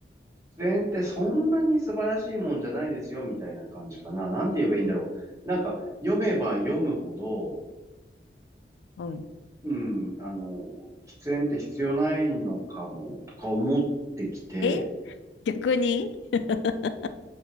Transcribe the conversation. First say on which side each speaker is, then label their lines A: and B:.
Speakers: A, on the right (about 15°); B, on the left (about 85°).
A: 出演ってそんなに素晴らしいもんじゃないですよみたいな感じかな。なんて言えばいいんだろう。なんか読めば読むほど、
B: はい。
A: うん、あの、喫煙って必要ないのかもとか思ってきて、
B: え逆に <laughs>